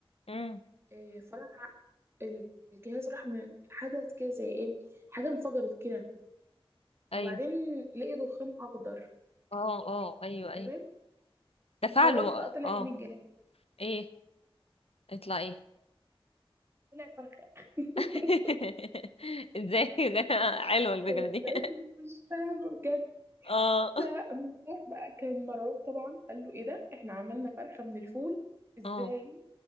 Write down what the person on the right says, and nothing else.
آه، فراح ال- الجهاز راح م- حدث كده زي ايه حاجه انفجرت كده
وبعدين لقي دخان اخضر
تمام
تخيلي بقى طلع
ايه من الجهاز
طلع فرخه <laughs>
ازاي
مش فاهمه بجد
فمفتاح بقى كان مرعوب طبعا قال له ايه ده احنا عملنا فرخة من الفول ازاي